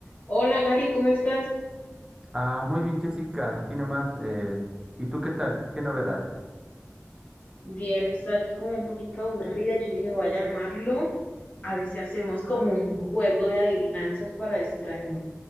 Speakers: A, on the left; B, on the right.
A: Hola Gary, ¿cómo estás?
B: Ah, muy bien, Jessica, aquí nomás. eh, ¿y tú qué tal? ¿Qué novedades?
A: Bien, estoy aquí como un poquito aburrida. Yo dije, voy a llamarlo a ver si hacemos como un juego de adivinanzas para distraerme.